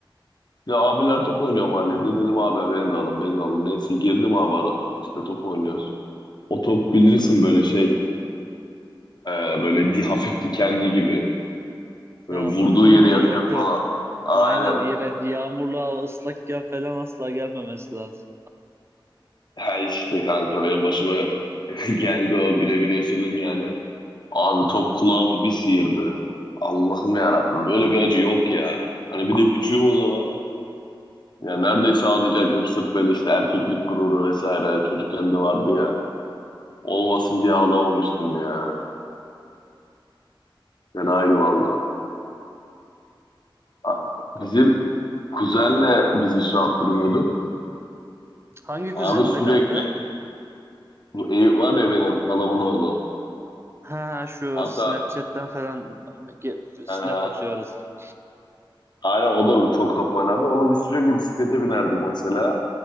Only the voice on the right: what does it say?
Ha,
vurdun
mu
yakıyor.
Aynen
iğrenç. Yağmurlu hava ıslakken falan asla gelmemesi lazım.
Kanka, ka-
Hangi
kuzeninde
kanka?
Ha şu
Snapchat'ten falan ge- snap
atıyoruz.